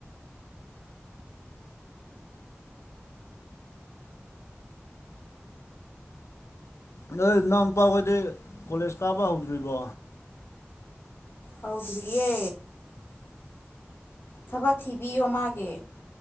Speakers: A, on the left; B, on the left.
A: ꯅꯣꯏ ꯅꯥꯎꯄꯥꯈꯣꯏꯗꯤ ꯀꯣꯂꯦꯖ ꯀꯥꯕ ꯍꯧꯗ꯭ꯔꯤꯕꯣ
B: ꯍꯧꯗ꯭ꯔꯤꯌꯦ ꯊꯕꯛ ꯊꯤꯕꯤꯌꯣ ꯃꯥꯒꯤ